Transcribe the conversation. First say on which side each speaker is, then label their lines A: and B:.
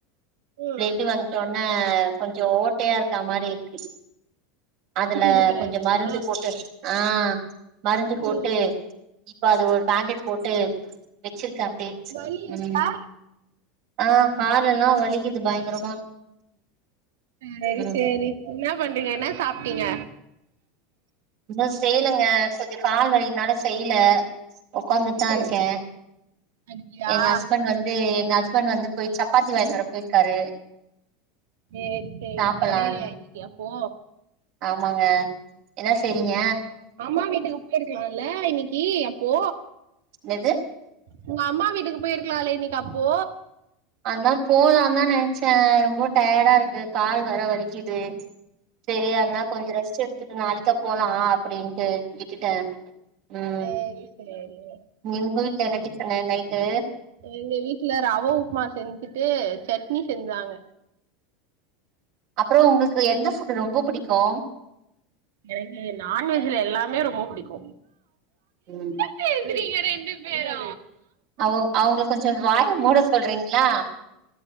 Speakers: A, on the right (about 80°); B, on the right (about 60°).
A: ம்
B: பிளட்டு வந்துட்டோனே கொஞ்சோ ஓட்டையாருக்கா மாரியிருக்கு அதுல
A: ஊசி குத்துற
B: கொஞ்சோ
A: இடமா
B: மருந்து போட்டு ஆ மருந்து போட்டு
A: ம்
B: இப்ப அது ஒரு பேக்கட் போட்டு வச்சிருக்கே அப்டியே
A: வலி இருக்கா
B: ம் ஆ காலெல்லா வலிக்குது பயங்கரமா
A: சரி
B: ம்
A: சேரி என்ன பண்றீங்க என்ன சாப்பிட்டீங்க
B: இன்னு செய்யலங்க கொஞ்சோ கால் வழினால செய்ல உட்காந்துட் தா இருக்கே
A: ம் அப்டியா
B: எங்க ஹஸ்பண்ட் வந் து எங்க ஹஸ்பண்ட் வந்து போய் சப்பாத்தி வாங்கின்னு வர போயிருக்காரு
A: சேரி சேரி
B: சாப்பலான்னு
A: கடையிலயா இன்னிக்கி அப்போ
B: ஆமாங்க என்ன செய்ரிங்க
A: ம் அம்மா வீட்டுக்கு போயிருக்கலால இன்னிக்கி அப்போ
B: ன்னது
A: உங்க அம்மா வீட்டுக்கு போயிருக்கலால இன்னைக்கி அப்போ
B: அத போலா தா நென்னச்சே ரொம்ப டயடாருக்கு கால் வேற வலிக்கிது சரியானா கொஞ்சோ ரெஸ்ட் எடுத்துட்டு நாளைக்கா போலா அப்டின்ட்டு விட்டுட்டே ம்
A: சேரி சேரிங்க
B: உங்க வீட்ல என்ன டிஃப்பனு நைட்டு
A: எங்க வீட்டுல ரவ உப்மா செஞ்சுட்டு சட்னி செஞ்சாங்க
B: அப்றோ உங்களுக்கு எந்த ஃபுட் ரொம்ப பிடிக்கு
A: எனக்கு நான்வெஜ்ல எல்லாமே ரொம்ப பிடிக்கு
B: ம்
A: பேசுறீங்க ரெண்டு பேரு
B: அவு அவுங்கள கொஞ்சோ வாய மூட சொல்றீங்ளா